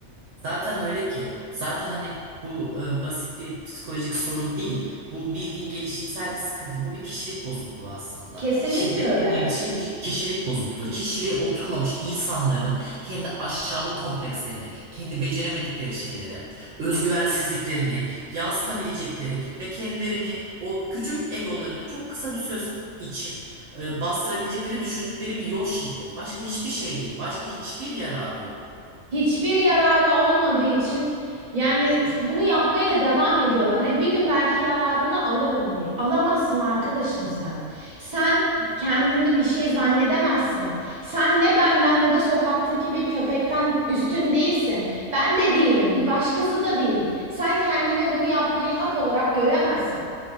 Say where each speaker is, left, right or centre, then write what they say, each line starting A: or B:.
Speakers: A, on the right; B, on the right.
A: Zaten öyle ki. Zaten hani bu e, basit bir psikolojik sorun değil. Bu bildiğin gelişimsel bir sıkıntı. Bu bir kişilik bozukluğu aslında.
B: Kesinlikle
A: Şiddet
B: öyle.
A: dediğimiz şey bir kişilik bozukluğu. Kişiliği oturmamış insanların kendi aşağılık komplekslerini, kendi beceremedikleri şeylere, özgüvensizliklerini yansıtabilecekleri ve kendilerini o küçük egolarını çok kısa bir süre için e, bastırabilecekleri düşündükleri bir yol şiddet. Başka hiçbir şey değil. Başka hiçbir yararı yok.
B: hiçbir yararı olmadığı için yani bunu yapmaya da devam ediyorlar. Hani bir gün belki yararını alırım diye. Alamazsın arkadaşım sen. Sen kendini bir şey zannedemezsin. Sen ne benden ne de sokaktaki bir köpekten üstün değilsin. Ben de değilim, bir başkası da değil. Sen kendine bunu yapmayı hak olarak göremezsin.